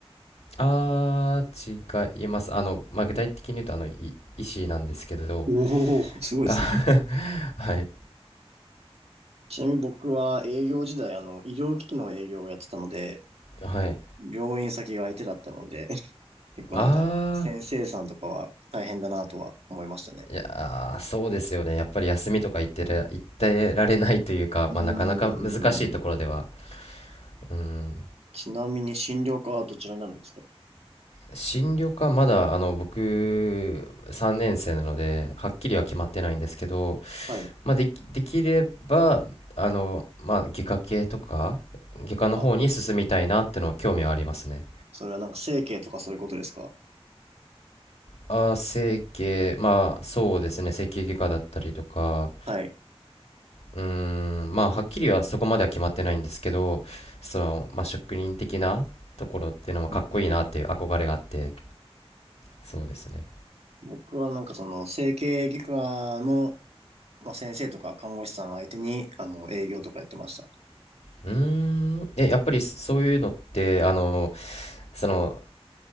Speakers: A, on the left; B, on the right.
A: あー、違います。あの、まあ、具体的に言うと、あの、い医師なんですけど、
B: おおー、すごいですね。
A: あ <laughs> はい、
B: ちなみに僕は営業時代、あの、医療機器の営業をやってたので、
A: はい。
B: 病院先が相手だったので、結構なんか、
A: あー、
B: 先生さんとかは大変だなとは思いましたね。
A: いやーそうですよね。やっぱり休みとか言ってら、言ってられないというか、
B: うーん。
A: まあ、なかなか難しいところでは。うん。
B: ちなみに診療科はどちらになるんですか
A: 進路か、まだ、あの、僕、3年生なので、はっきりは決まってないんですけど、
B: はい。
A: まあ、でき、できれば、あの、まあ、外科系とか、外科の方に進みたいなってのは興味はありますね。
B: あ、それはなんか整形とかそういうことですか
A: ああ整形、まあ、そうですね。整形外科だったりとか、
B: はい。
A: うーん、まあ、はっきりはそこまでは決まってないんですけど、その、まあ、職人的なところっていうのはかっこいいなっていう憧れがあって、
B: うんうんうん。
A: そうですね。
B: 僕はなんかその整形外科の、まあ、先生とか看護師さん相手に、あの、営業とかやってました。
A: うーん、え、やっぱりそういうのって、あの、その、